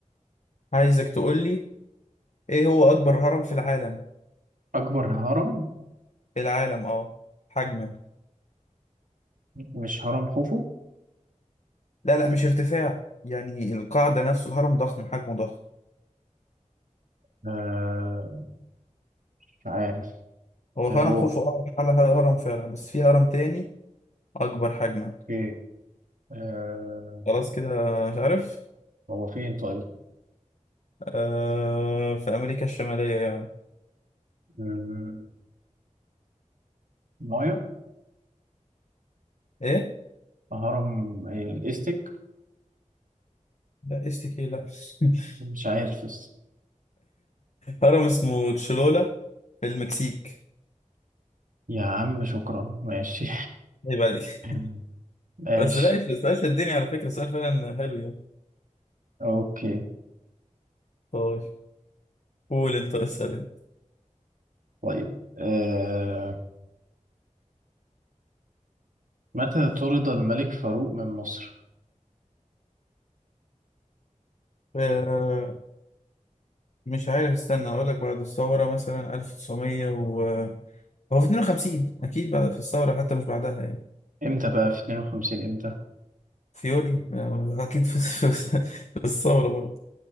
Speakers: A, on the left (about 60°); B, on the right (about 85°).
A: عايزك تقول لي ايه هو اكبر هرم في العالم
B: اكبر هرم
A: في العالم اه حجما
B: مش هرم خوفو
A: لا لا مش ارتفاع يعني القاعده نفسه الهرم ضخم حجمه ضخم
B: آه مش عارف
A: هو هرم
B: آه، هو
A: خوفو اه على هرم فعلا بس في هرم تاني اكبر حجما
B: ايه آه
A: خلاص كده مش عارف
B: هو فين طيب
A: آه في امريكا الشماليه يعني
B: مم، مايا
A: ايه
B: هرم إيه؟ الاستك
A: لا استكي لا <laughs>
B: مش عارف يس.
A: هرم اسمه تشلولا في المكسيك
B: يا عم شكرا ماشي
A: عيب عليك
B: <laughs> ماشي
A: بس لا يش- السؤال شدني على فكرة السؤال فعلا حلو يعني
B: اوكي
A: طيب قول انت اسأل انت
B: طيب آه متى طرد الملك فاروق من مصر؟
A: آه، مش عارف استنى اقول لك بعد الثورة مثلا 1900 و هو في 52 اكيد بعد في الثورة حتى مش بعدها يعني
B: امتى بقى في 52 امتى؟
A: فيولي آه، اكيد في <laughs> في- في الثورة برضه